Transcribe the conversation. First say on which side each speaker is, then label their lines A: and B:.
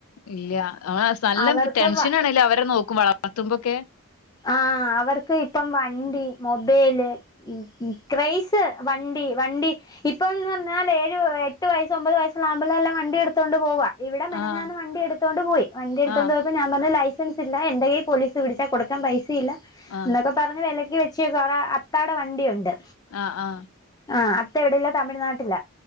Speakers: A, on the left (about 80°); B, on the left (about 15°).
A: ഇല്ല ന നല്ലം
B: അവർക്ക്
A: ടെൻഷനാണെല അവരെ നോക്കും വളർത്തുമ്പോൊക്കെ
B: ആ അവർക്ക് ഇപ്പം വണ്ടി മൊബൈല് ക്രയിസ് വണ്ടി വണ്ടി ഇപ്പൊന്ന് പറഞ്ഞ നാലല്ലേഏഴ് എട്ട് വസ്സ ഒമ്പത് വയസ്സുള്ള ആണ്പിള്ളേർല്ലാം വണ്ടി എടുത്തുണ്ട് പോവാ ഇവിടെ മെനഞ്ഞാന്ന്
A: ആഹ്
B: വണ്ടിയെടുത്തോണ്ട് പോയി വണ്ടി എടുത്തൊണ്ട്
A: ആഹ്
B: പോയപ്പോ ഞാൻ പറഞ് ലൈ സൻസില്ല എന്റെ കയ് പോലീസ് വിടിച്ച കൊടുക്കാൻ പൈസയില്ല
A: ആഹ്
B: എന്നൊക്കെ പറ വില വെച്ച് കുറ അത്താട വണ്ടിയുണ്ട്
A: ആ ആ
B: ആ അത്തവിടെ ഇല്ല തമിഴ്നാട്ടില